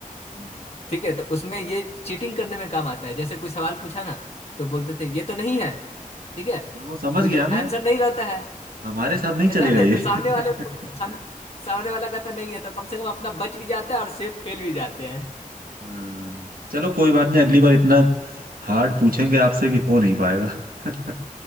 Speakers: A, on the right; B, on the left.
A: हाँ,
B: ठीक है तो उसमें ये चीटिंग करने में काम आता है जैसे कोई सवाल पूछा ना तो बोलते थे ये तो नहीं है ठीक है
A: वो समझ
B: तो
A: गया
B: जब
A: मैं
B: आंसर नहीं रहता है
A: हमारे साथ नहीं
B: ऐसा
A: चलेगा
B: समझे
A: ये
B: तो सामने वाले
A: <laughs>
B: को- साम, सामने वाला का तो नहीं है तो कम से कम अपना बच भी जाता है और सेफ खेल भी जाते हैं
A: हाँ, चलो कोई बात नहीं अगली बार इतना हार्ड पूछेंगे आपसे कि हो नहीं पाएगा <laughs>